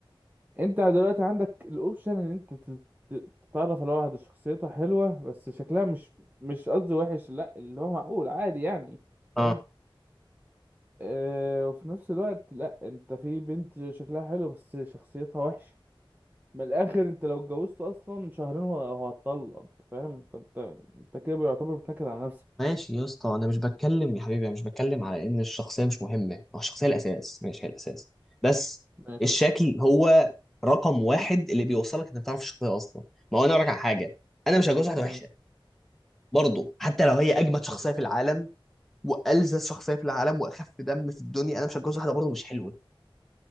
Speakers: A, on the right; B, in the centre.
A: انت دلوقتي عندك الاوبشن ان انت تت- تت- تتعرف على واحد شخصيتها حلوة بس شكلها مش مش قصدي وحش لا اللي هو معقول عادي يعني
B: اه
A: فاهم اه وفي نفس الوقت لا انت في بنت شكلها حلو بس شخصيتها وحشة من الاخر انت لو اتجوزت اصلا شهرين هو هو هتطلق انت فاهم فانت انت كده بيعتبر بتنكد على نفسك
B: ماشي يا اسطى انا مش بتكلم يا حبيبي انا مش بتكلم على ان الشخصيه مش مهمه ما هو الشخصيه الاساس ماشي هي الاساس بس
A: ماشي
B: الشكل هو رقم واحد اللي بيوصلك انك تعرف الشخصيه اصلا ما هو انا اقول لك على حاجه انا مش هتجوز واحده
A: مم.
B: وحشه برضه حتى لو هي اجمد شخصيه في العالم والذ شخصيه في العالم واخف دم في الدنيا انا مش هتجوز واحده برضه مش حلوه